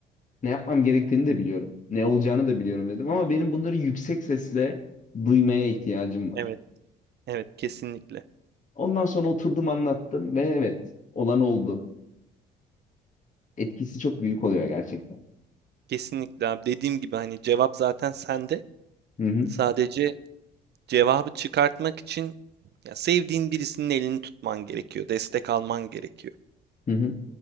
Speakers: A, on the left (about 40°); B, on the right (about 55°).
A: Ne yapmam gerektiğini de biliyorum. Ne olacağını da biliyorum dedim ama benim bunları yüksek sesle duymaya ihtiyacım var.
B: Evet, evet kesinlikle.
A: Ondan sonra oturdum anlattım ve evet olan oldu. Etkisi çok büyük oluyor gerçekten.
B: Kesinlikle abi. Dediğim gibi hani cevap zaten sende.
A: Hı hı.
B: Sadece cevabı çıkartmak için ya sevdiğin birisinin elini tutman gerekiyor. Destek alman gerekiyor.
A: Hı hı.